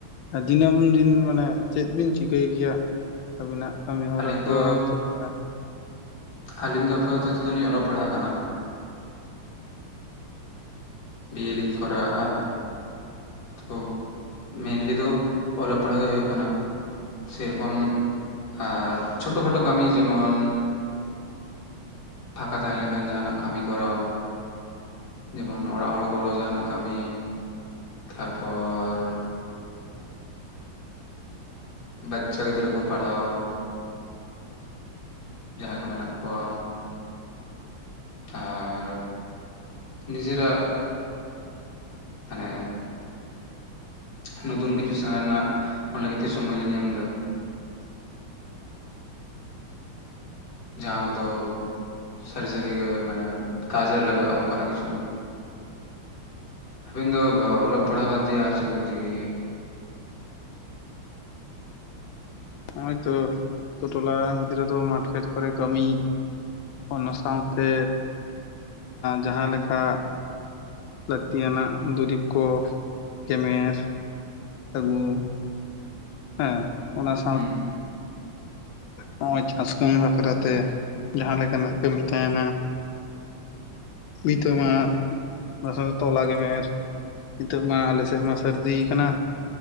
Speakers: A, on the left (about 75°); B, on the left (about 50°).
A: ᱫᱤᱱᱟᱹᱢ ᱫᱤᱱ ᱢᱟᱱᱮ ᱪᱮᱫ ᱵᱤᱱ ᱪᱤᱠᱟᱹᱭ ᱜᱮᱭᱟ? ᱟᱹᱵᱤᱱᱟᱜ ᱠᱟᱹᱢᱤ ᱦᱚᱨᱟ
B: ᱟᱹᱞᱤᱧ
A: ᱠᱚ
B: ᱫᱚ
A: ᱟᱨ ᱪᱮᱫ ᱞᱮᱠᱟ
B: ᱟᱹᱞᱤᱧ ᱫᱚ ᱟᱯᱟᱛᱚᱛᱚ ᱞᱤᱧ ᱚᱞᱚᱜ ᱯᱟᱲᱦᱟᱜ ᱠᱟᱱᱟ᱾ ᱵᱤᱭᱮ ᱞᱤᱧ ᱠᱚᱨᱟᱣᱟᱜᱼᱟ ᱛᱚ ᱢᱮᱱ ᱫᱚ ᱚᱞᱚᱜ ᱯᱟᱲᱦᱟᱜ ᱜᱮ ᱦᱩᱭᱩᱜ ᱠᱟᱱᱟ᱾ ᱥᱮᱨᱚᱠᱚᱢ ᱟᱨ ᱪᱷᱳᱴᱳ ᱠᱷᱟᱴᱳ ᱠᱟᱹᱢᱤ ᱡᱮᱢᱚᱱ ᱯᱷᱟᱸᱠᱟ ᱛᱟᱦᱮᱸ ᱞᱮᱠᱷᱟᱱ ᱡᱟᱦᱟᱱᱟᱜ ᱠᱟᱹᱢᱤ ᱠᱚᱨᱟᱣ ᱡᱮᱢᱚᱱ ᱚᱲᱟᱜ ᱦᱚᱲ ᱜᱚᱲᱚ ᱡᱟᱦᱟᱱᱟᱜ ᱠᱟᱹᱢᱤ ᱛᱟᱨᱯᱚᱨ ᱵᱟᱪᱪᱟ ᱜᱤᱫᱽᱨᱟᱹ ᱠᱚ ᱯᱟᱲᱦᱟᱣ ᱡᱟᱦᱟᱸᱭ ᱠᱚ ᱢᱮᱱᱟᱜ ᱠᱚᱣᱟ ᱟᱨ ᱱᱤᱡᱮᱨᱟᱜ ᱢᱟᱱᱮ ᱱᱚᱛᱩᱱ ᱠᱤᱪᱷᱩ ᱥᱮᱬᱟ ᱨᱮᱱᱟᱜ ᱚᱱᱟ ᱞᱟᱹᱜᱤᱫ ᱛᱮ ᱥᱚᱢᱚᱭ ᱞᱤᱧ ᱮᱢᱫᱟ ᱡᱟᱦᱟᱸ ᱠᱚᱫᱚ ᱥᱟᱹᱨᱤ ᱥᱟᱹᱨᱤᱜᱮ ᱢᱟᱱᱮ ᱠᱟᱡᱽ ᱨᱮ ᱞᱟᱜᱟᱜᱼᱟ ᱚᱱᱠᱟᱱᱟᱜ ᱠᱤᱪᱷᱩ ᱟᱵᱤᱱ ᱫᱚ ᱚᱞᱚᱜ ᱯᱟᱲᱦᱟᱣ ᱵᱟᱫᱽᱫᱤᱭᱮ ᱟᱨ ᱪᱮᱫ ᱠᱚᱵᱤᱱ ᱪᱤᱠᱟᱹᱭ ᱜᱮᱭᱟ
A: ᱱᱚᱜᱼᱚᱭ ᱛᱚ ᱟᱛᱳᱴᱚᱞᱟ ᱜᱤᱫᱽᱨᱟᱹ ᱫᱚ ᱢᱟᱴᱯᱷᱮᱴ ᱠᱚᱨᱮ ᱠᱟᱹᱢᱤ ᱚᱱᱟ ᱥᱟᱶᱛᱮ ᱡᱟᱦᱟᱸᱞᱮᱠᱟ ᱞᱟᱹᱠᱛᱤᱭᱟᱱᱟᱜ ᱫᱩᱨᱤᱵᱽ ᱠᱚ ᱜᱮᱢᱮᱨ ᱟᱹᱜᱩ ᱦᱮᱸ ᱚᱱᱟ ᱥᱟᱶᱛᱮ
B: ᱦᱩᱸ
A: ᱱᱚᱼᱜᱚᱭ ᱪᱟᱥ ᱠᱟᱹᱢᱤ ᱵᱟᱠᱷᱨᱟᱛᱮ ᱡᱟᱦᱟᱸ ᱞᱮᱠᱟᱱᱟᱜ ᱠᱟᱹᱢᱤ ᱛᱟᱦᱮᱱᱟ ᱵᱷᱤᱛᱟ ᱢᱟᱜ ᱚᱱᱟ ᱥᱟᱶᱛᱮ ᱛᱚᱞᱟ ᱜᱮᱢᱮᱨ ᱱᱤᱛᱚᱜ ᱢᱟ ᱟᱞᱮ ᱥᱮᱫ ᱢᱟ ᱥᱟᱹᱨᱫᱤ ᱠᱟᱱᱟ